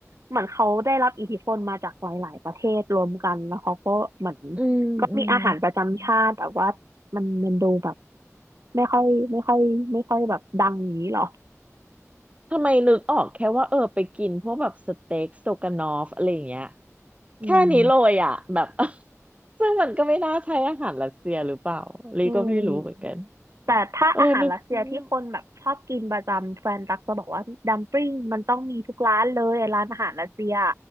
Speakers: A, on the right; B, on the right.
A: เหมือนเขาได้รับอิทธิพลมาจากหลาย ๆ ประเทศรวมกันแล้วเขาก็เหมือน
B: อืมอืม
A: ก็มีอาหารประจำชาติแต่ว่ามันมันดูแบบไม่ค่อยไม่ค่อยไม่ค่อยแบบดังอย่างนี้หรอ
B: ทำไมนึกออกแค่ว่าเออไปกินพวกแบบสเต็กสโตกานอฟอะไรอย่างเงี้ย
A: อืม
B: แค่นี้เลยอ่ะแบบ <laughs> ซึ่งมันก็ไม่น่าใช่อาหารรัสเซียหรือเปล่าลีก็ไม่รู้เหมือนกัน
A: อืม แต่ถ้าอาหารรัสเซียที่คนแบบชอบกินประจำแฟนตักจะบอกว่าดัมปลิ้งมันต้องมีทุกร้านเลยร้านอาหารรัสเซีย
B: เออนึกไม่ออก